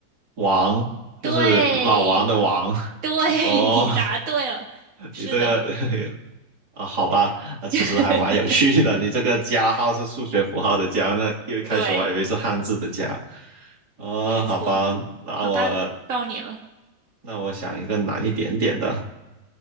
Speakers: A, on the right (about 80°); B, on the right (about 55°).
A: 王，
B: 对，
A: 就是老王的王。
B: 对，
A: <laughs> 哦，
B: <laughs> 你答对了，是的，
A: 你这个 <laughs> 啊，好吧，那其实还蛮有趣的。
B: <laughs>
A: 你这个加号是数学符号的加，那因为一开始我还以为是汉字的加。
B: 对，
A: 啊、
B: 没错，
A: 好吧，那我
B: 好吧，到你了。
A: 那我想一个难一点点的。